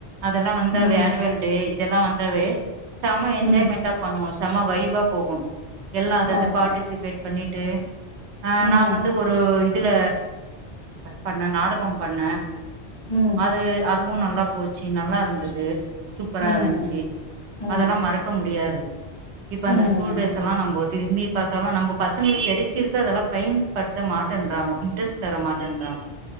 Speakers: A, on the right (about 80°); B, on the left (about 45°).
A: அதெல்லா வந்து
B: ம்
A: அவ ஆனுவல் டே இதெல்லா வந்தாவே செம என்ஜாய்
B: ம்
A: மெண்ட்டாப் பண்ணுவோ செம வைபா போகும் எல்லா அத
B: ஆமா
A: அது பார்ட்டிசிபேட் பண்ணிட்டு ஆஹ்
B: ம்
A: நா வந்து ஒரு இதுல பண்ண நாடகம் பண்ணே
B: ம்
A: அது அ அதுவும் நல்லா போச்சு நல்லா இருந்தது சூப்பரா
B: ம்
A: இருந்துச்சு
B: ம்
A: அதெல்லா மறக்க முடியாது இப்ப அந்த
B: ம்
A: ஸ்கூல் டேஸ்ல்லாம் நம்ம திரிம்பி பாத்தாலும் நம்ம பசங்களுக்கு கெடச்சிருக்க அதெல்லாம் பயன்படுத்த மாட்டேன்றாங்க இன்ட்ரெஸ்ட் தர மாட்டேன்றாங்கோ